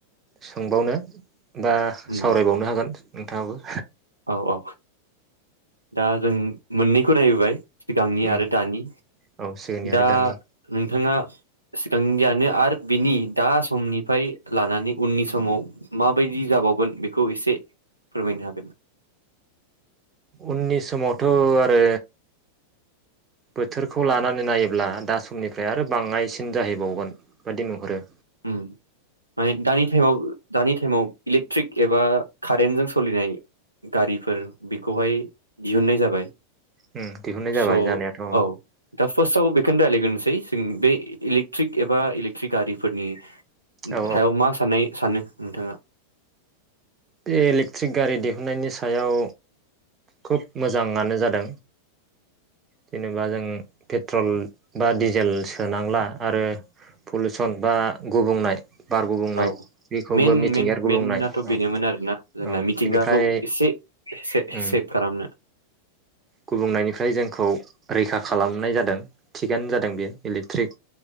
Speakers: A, on the right (about 20°); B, on the right (about 80°).
A: सोंबावनो? बा
B: उम
A: सावरायबावनो हागोन। नोंथांङाबो
B: औ औ दा जों मोननैखौ नायबोबाय सिगांनि
A: उम
B: आरो दानि
A: औ सिगांनि
B: दा
A: आरो दानि
B: नोंथाङा सिगांनि जानो आरो बिनि दा समनिफ्राय लानानै उननि समाव माबायदि जाबावगोन बेखौ एसे फोरमायनो हागोन
A: उननि समावथ' आरो बोथोरखौ लानानै नायोब्ला दा समनिफ्राय आरो बाङायसिन जाहैबावगोन बादि नुहरो।
B: उम माने दानि टाइमाव दानि टाइमाव इलेकट्रिक एबा कारेन्टजों सोलिनाय गारिफोर बेखौहाय दिहुननाय जाबाय।
A: उम दिहुननाय जाबाय
B: स'
A: जानायाथ'
B: औ दा फार्स्टआव बेखौनो रायलाय <unintelligible> <unintelligible> जों बे इलेकट्रिक एबा इलेकट्रिक गारिफोरनि
A: औ
B: सायाव मा साननाय सानो नोंथाङा?
A: बे इलेक्ट्रिक गारि दिहुननायनि सायाव खोब मोजांङानो जादों जेनेबा जों पेट्रल बा डिजेल सोनांला आरो पलुसन बा गुबुंनाय बार गुबुंनाय
B: औ
A: बेखौबो
B: मेन
A: मिथिंगारि
B: मेन
A: गुबुंनाय
B: मेनाथ'
A: औ
B: बेनोमोन आरोना जोंना
A: औ
B: मिथिंगाखौ
A: बिनिफ्राय
B: एसे से
A: उम
B: सेब खालामनो
A: गुबुंनायनिफ्राय जोंखौ रैखा खालामनाय जादों थिगानो जादों बेयो इलेक्ट्रिक